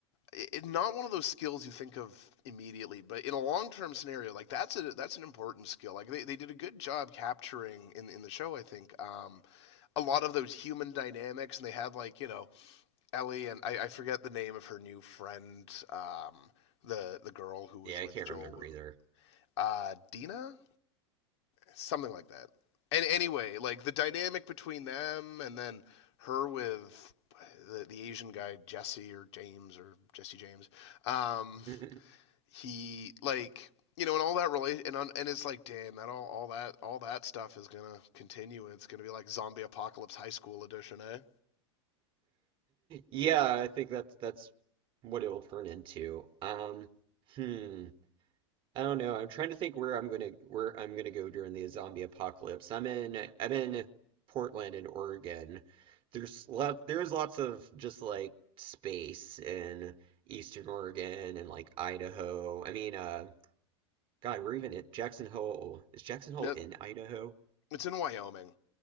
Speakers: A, on the left (about 70°); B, on the right (about 35°).
A: it, not one of those skills you think of immediately, but in a long term scenario, like that's a that's an important skill. Like they, they did a good job capturing in in the show, I think, um, a lot of those human dynamics, and they had like you know Ellie and I, I forget the name of her new friend, um, the the girl who was
B: Yeah,
A: with
B: I can't
A: Joel,
B: remember either.
A: uh, Dina something like that. And anyway, like the dynamic between them and then her with the, the Asian guy Jesse or James or Jesse James. Um,
B: <sighs> <laughs>
A: he like you know, and all that relation, and and it's like, damn, that all all that all that stuff is gonna continue. It's gonna be like zombie apocalypse high school edition, eh?
B: Yeah, I think that's that's what it'll turn into. Um, hmm. I don't know. I'm trying to think where I'm gonna where I'm gonna go during the zombie apocalypse. I'm in I'm in Portland in Oregon. There's lot there's lots of just like space in Eastern Oregon and like Idaho. I mean, uh, God, we're even at Jackson Hole. Is Jackson Hole
A: Yeah,
B: in Idaho?
A: it's in Wyoming.